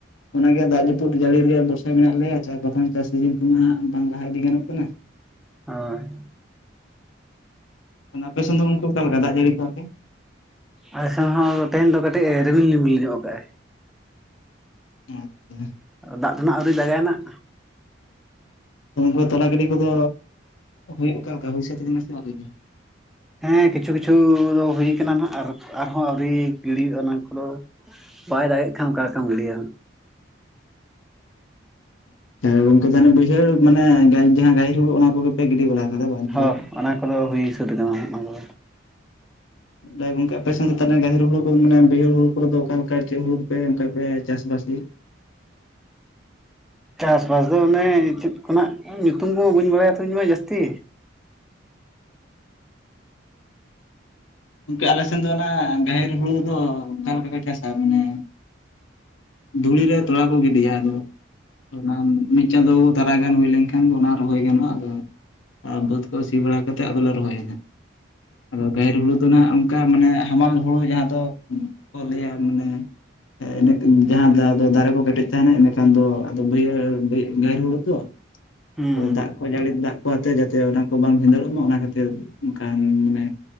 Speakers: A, on the left; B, in the centre.
A: ᱚᱱᱟᱜᱮ ᱫᱟᱜ ᱡᱟᱹᱯᱩᱫ ᱡᱟᱹᱲᱤ ᱨᱮᱭᱟᱜ ᱵᱷᱚᱨᱥᱟ ᱢᱮᱱᱟᱜ ᱞᱮᱭᱟ ᱪᱟᱥ ᱵᱟᱠᱷᱟᱱ ᱪᱟᱥ ᱥᱤᱡᱤᱱ ᱠᱚᱢᱟ ᱵᱟᱝ ᱞᱟᱦᱟ ᱤᱫᱤ ᱜᱟᱱᱚᱜ ᱠᱟᱱᱟ᱾
B: ᱳᱭ
A: ᱢᱟᱱᱮ ᱟᱯᱮ ᱥᱮᱫ ᱫᱚ ᱚᱱᱠᱟ ᱚᱠᱟ ᱞᱮᱠᱟ ᱫᱟᱜ ᱡᱟᱹᱲᱤ ᱠᱚ ᱟᱛᱮ?
B: ᱟᱞᱮᱥᱮᱱ ᱦᱚᱸ ᱛᱮᱦᱮᱧ ᱫᱚ ᱠᱟᱹᱴᱤᱡ ᱮ ᱨᱤᱢᱤᱞ ᱨᱤᱢᱤᱞ ᱧᱚᱜ ᱟᱠᱟᱫᱼᱟᱭ᱾
A: ᱚ ᱚ
B: ᱫᱟᱜ ᱫᱚ ᱱᱟᱜ ᱟᱹᱣᱨᱤ ᱫᱟᱜᱟᱭ ᱱᱟᱜ᱾
A: ᱱᱩᱠᱩ ᱛᱚᱞᱟ ᱜᱤᱰᱤ ᱠᱚᱫᱚ ᱦᱩᱭᱩᱜ ᱠᱟᱱ ᱠᱟᱢᱤ ᱦᱤᱥᱟᱵ ᱞᱮᱠᱟ ᱦᱩᱭ ᱨᱤᱜᱤ
B: ᱦᱮᱸ ᱠᱤᱪᱷᱩ ᱠᱤᱪᱷᱩ ᱫᱚ ᱦᱩᱭ ᱠᱟᱱᱟ ᱱᱟᱦᱟᱜ ᱟᱨ ᱟᱨᱦᱚᱸ ᱟᱹᱣᱨᱤ ᱜᱤᱲᱤ-ᱟ ᱚᱱᱟ ᱠᱚᱫᱚ ᱵᱟᱭ ᱫᱟᱲᱮᱭᱟᱜ ᱠᱷᱟᱱ ᱚᱠᱟ ᱞᱮᱠᱟᱢ ᱞᱟᱹᱭ᱾
A: ᱮ ᱜᱚᱝᱠᱮ ᱛᱟᱦᱚᱞᱮ ᱵᱟᱹᱭᱦᱟᱹᱲ ᱢᱟᱱᱮ ᱜᱟᱹᱭ ᱡᱟᱦᱟᱸ ᱜᱟᱭ ᱦᱳᱲᱳ ᱚᱱᱟ ᱠᱚᱜᱮ ᱯᱮ ᱜᱤᱰᱤ ᱵᱟᱲᱟᱭ ᱠᱟᱫᱟ ᱵᱟᱝ? ᱛᱚᱞᱟ
B: ᱦᱚᱸ
A: ᱠᱚ
B: ᱚᱱᱟ ᱠᱚᱫᱚ ᱦᱩᱭ ᱥᱟᱹᱛ ᱠᱟᱱᱟ ᱚᱱᱟ ᱠᱚᱫᱚ᱾
A: ᱫᱟᱭ ᱜᱚᱝᱠᱮ ᱟᱯᱮ ᱥᱮᱫ ᱫᱚ ᱛᱟᱦᱚᱞᱮ ᱜᱟᱦᱤᱨ ᱦᱩᱲᱩ ᱠᱚᱫᱚ ᱢᱟᱱᱮ ᱵᱟᱹᱭᱦᱟ. ᱦᱩᱲᱩ ᱠᱚᱫᱚ ᱚᱠᱟ ᱞᱮᱠᱟ ᱪᱮᱫ ᱦᱩᱲᱩ ᱠᱚᱯᱮ ᱚᱱᱠᱟ ᱯᱮ ᱪᱟᱥᱵᱟᱥ ᱜᱮᱭᱟ?
B: ᱪᱟᱥᱵᱟᱥ ᱫᱚ ᱚᱱᱮ ᱪᱮᱫ ᱠᱚ ᱱᱟᱜ ᱧᱩᱛᱩᱢ ᱠᱚᱦᱚ ᱵᱟᱹᱧ ᱵᱟᱲᱟᱭᱟ ᱛᱚ ᱤᱧ ᱢᱟ ᱡᱟᱹᱥᱛᱤ᱾
A: ᱜᱚᱝᱠᱮ ᱟᱞᱮ ᱥᱮᱱ ᱫᱚ ᱚᱱᱟ ᱜᱟᱦᱮᱨ ᱦᱩᱲᱩ ᱫᱚ ᱚᱠᱟ ᱞᱮᱠᱟ ᱠᱚ ᱪᱟᱥᱟ ᱢᱟᱱᱮ? ᱫᱷᱩᱲᱤ ᱨᱮ ᱛᱚᱞᱟ ᱠᱚ ᱜᱤᱰᱤᱭᱟ ᱟᱫᱚ ᱚᱱᱟ ᱢᱤᱫ ᱪᱟᱸᱫᱚ ᱛᱟᱨᱟ ᱜᱟᱱ ᱦᱩᱭ ᱞᱮᱱᱠᱷᱟᱱ ᱜᱮ ᱚᱱᱟ ᱨᱚᱦᱚᱭ ᱜᱟᱱᱚᱜᱼᱟ ᱟᱫᱚ ᱟ ᱵᱟᱹᱫᱽ ᱠᱚ ᱥᱤ ᱵᱟᱲᱟ ᱠᱟᱛᱮᱫ ᱟᱫᱚᱞᱮ ᱨᱚᱦᱚᱭᱟ ᱦᱟᱜ ᱟᱫᱚ ᱜᱟᱦᱤᱨ ᱦᱩᱲᱩ ᱫᱚ ᱚᱱᱠᱟ ᱢᱟᱱᱮ ᱦᱟᱢᱟᱞ ᱦᱩᱲᱩ ᱡᱟᱦᱟᱸ ᱫᱚ ᱠᱚ ᱞᱟᱹᱭᱟ ᱢᱟᱱᱮ ᱮᱜ ᱡᱟᱦᱟᱸ ᱫᱚ ᱫᱟᱨᱮ ᱠᱚ ᱠᱮᱴᱮᱡ ᱛᱟᱦᱮᱱᱟ ᱮᱸᱰᱮᱠᱷᱟᱱ ᱫᱚ ᱟᱫᱚ ᱵᱟᱹᱭᱦᱟᱹᱲ ᱦᱩᱲᱩ ᱛᱚ
B: ᱦᱩᱸ
A: ᱟᱫᱚ ᱫᱟᱜ ᱠᱚ ᱡᱟᱹᱲᱤ ᱫᱟᱜ ᱠᱚᱟᱛᱮ ᱡᱟᱛᱮ ᱚᱱᱟ ᱠᱚ ᱵᱟᱢ ᱵᱷᱤᱸᱫᱟᱹᱲᱚᱜ ᱢᱟ ᱚᱱᱟ ᱠᱷᱟᱛᱤᱨ ᱚᱱᱠᱟᱱ ᱢᱟᱱᱮ